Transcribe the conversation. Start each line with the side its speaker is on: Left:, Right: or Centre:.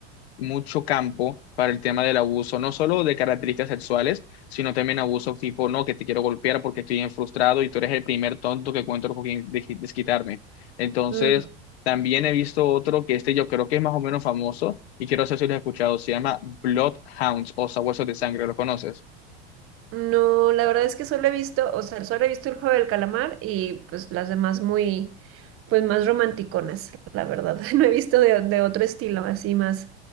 Left: mucho campo para el tema del abuso, no solo de características sexuales, sino también abuso tipo, no, que te quiero golpear porque estoy bien frustrado y tú eres el primer tonto que encuentro con quien des- desquitarme. Entonces,
Right: Mm,
Left: también he visto otro que este yo creo que es más o menos famoso y quiero saber si lo has escuchado, se llama Bloodhounds o Sabuesos de Sangre, ¿lo conoces?
Right: No, la verdad es que solo he visto, o sea, solo he visto el juego del calamar y pues las demás muy, pues más romanticonas, la verdad. <laughs> No he visto de, de otro estilo, así más,